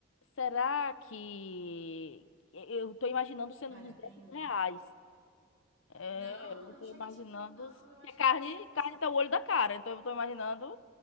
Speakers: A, on the left; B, on the right.
A: Será que eu tô imaginando sendo
B: Vale
A: 200
B: a pena?
A: reais? É,
B: Não, menina,
A: eu tô
B: não cheguei
A: imaginando.
B: isso tudo, não. Eu acho
A: Porque
B: que
A: carne,
B: deve ser uns.
A: carne tá o olho da cara, então eu tô imaginando.